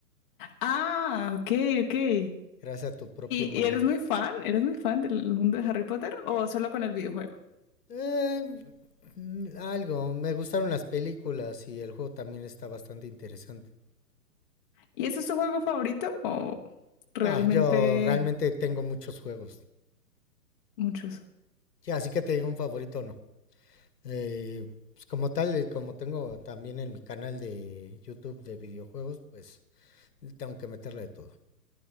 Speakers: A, on the left; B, on the left.
A: Ah, ok, ok. ¿Y,
B: gracias a tu propio mago.
A: y eres muy fan? ¿Eres muy fan del mundo de Harry Potter o solo con el videojuego?
B: Eh, mm, algo, me gustaron las películas y el juego también está bastante interesante.
A: ¿Y ese es tu juego favorito o realmente
B: No, yo realmente tengo muchos juegos.
A: muchos?
B: Sí, así que te digo un favorito o no. Eh, pues como tal, eh, como tengo también en mi canal de YouTube de videojuegos, pues tengo que meterle de todo.